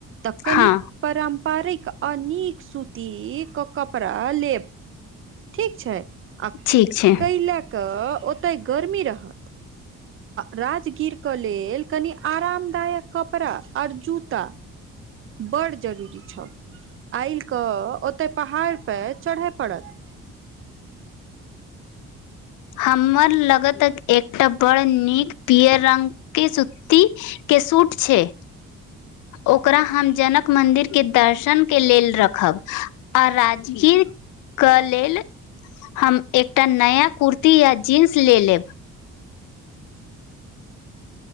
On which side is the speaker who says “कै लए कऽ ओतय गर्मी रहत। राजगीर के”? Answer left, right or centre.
Right